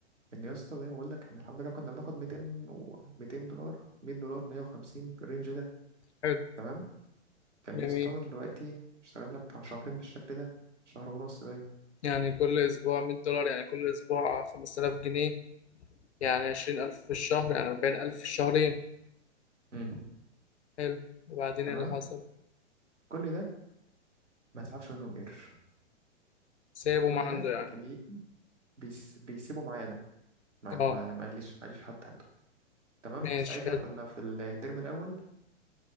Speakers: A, on the right; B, on the left.
A: ان يا اسطى زي ما بقول لك احنا الحمد لله كنا بناخد 200 و 200 دولار 100 دولار 150 في الرينج ده
B: حلو
A: تمام كان
B: جميل
A: يا اسطى دلوقتي اشتغلنا بتاع شهرين بالشكل ده شهر ونص ده
B: يعني كل أسبوع 100 دولار يعني كل أسبوع 5000 جنيه يعني 20000 في الشهر يعني 40000 في الشهرين
A: مم.
B: حلو وبعدين
A: تمام
B: ايه اللي حصل؟
A: كل ده ما تسحبش منهم قرش
B: سابه
A: كل
B: ما عنده
A: ده
B: يعني
A: كان ي- بيس بيسيبه معايا انا ما
B: اه
A: ما ما قاليش ما قاليش حتى حاجه تمام
B: ماشي
A: ساعتها
B: حلو
A: كنا في الترم الاول